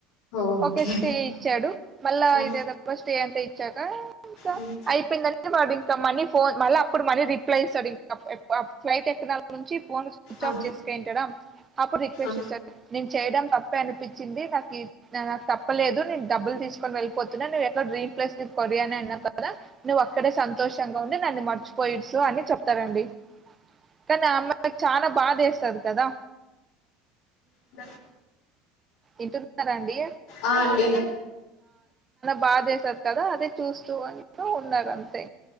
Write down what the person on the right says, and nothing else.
ఒకే స్టే ఇచ్చాడు మళ్ళా
ఇదేదో అంత ఇచ్చాకా ఇంకా
అయిపోయిందని వాడు ఇంకా మనీ ఫోన్ మళ్ళ అప్పుడు మళ్ళీ రిప్లై ఇస్తాడు ఇంకా ఫ్లైట్ ఎక్కనాల నుంచి ఫోన్ స్వి స్విచ్
ఆఫ్ చేసుంట అప్పుడు రిక్వెస్ట్
చేసారు నేను చేయడం తప్పే అనిపించింది నాకి ఆ న తప్పలేదు నే డబ్బులు తీసుకుని వెళ్ళితున్నా నువ్వు డ్రీమ్ ప్లేస్ కొరియా అని అన్నావు కదా నువ్వు అక్కడే సంతోషంగా ఉండునన్ను మర్చిపోయిచ్చు అని చెప్తాడు డి కానీ ఆ అమ్మాయికి చాలా బాదేస్తది కదా
ఇంటన్నారా అండి
బా చేసారు కదా అదే చూస్తూ ఉంటూ ఉన్నారు అంతే